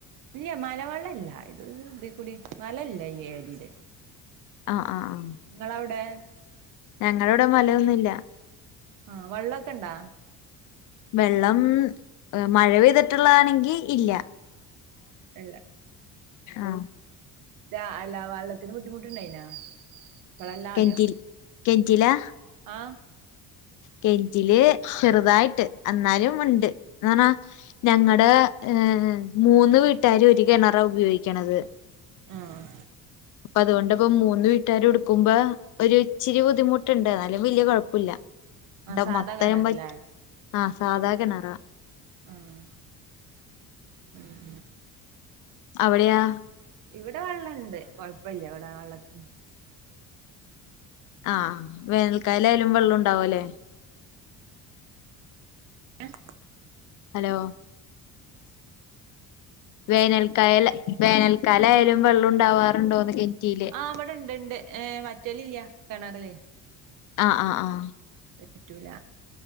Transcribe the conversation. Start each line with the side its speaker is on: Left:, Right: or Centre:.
Right: ഇല്ലിയാ മലവെള്ളല്ല ഇത് ഇതികൂടി മലല്ല ഈ ഏരിയില്
Left: ആഹ് ആഹ് ആാാ
Right: നിങ്ങളവിടെ
Left: ഞങ്ങളവിടെ മലയൊന്നുല്ലാ
Right: ആഹ വള്ളൊക്കെ ഇണ്ടാ
Left: വെള്ളം ഹ് മഴ പെയ്തിട്ടുള്ളത് ആണെങ്കിൽ ഇല്ലാ <inaudible>
Right: ഇല്ല
Left: ആഹ്
Right: ഇത് അല്ല വള്ളത്തിന് ബുദ്ധിമുട്ടുണ്ടായിനാ ഇപ്പളല്ല
Left: കെന്റില്
Right: ആദ്യം
Left: കേന്റിലാ
Right: ആ
Left: കെന്റില് ചെറുതായിട്ട് അന്നാലും ഉണ്ട് അങ്ങന ഞങ്ങടെ ആ മൂന്ന് വീട്ടാരും ഒരു കിണറാ ഉപയോഗിക്കണത്
Right: ആഹ്
Left: അപ്പൊ അതുകൊണ്ട് ഇപ്പോ മൂന്ന് വീട്ടാരും എടുക്കുംമ്പ ഒര് ഇച്ചിരി ബുദ്ധിമുട്ട്ണ്ട് എന്നാലും വലൃ കൊഴപ്പില്ല
Right: ആ
Left: ദാ
Right: സാധാ
Left: മത്തേം
Right: കിണറില്ലേ
Left: വറ്റി ആഹ് സാധാ കെണറാ
Right: ആഹ് ഉം
Left: അവിടെയാ
Right: ഇവിടെ വെള്ളണ്ട് കൊഴ്പ്പില്ല ഇവിടെ വെള്ളത്തി
Left: ആഹ് വേനൽക്കായലായാലും വെള്ളം ഉണ്ടാവുല്ലേ
Right: എഹ്
Left: ഹലോ വേനൽക്കയല് വേനൽക്കാലയാലും വെള്ളം ഉണ്ടാവാറുണ്ടോന്ന് കേൺറ്റില്
Right: ആ ഇവിടെ ഇണ്ട് ഇണ്ട് ഏ വറ്റലില്ല കെണറില്
Left: ആഹ് ആഹ് ആഹ്
Right: വറ്റൂല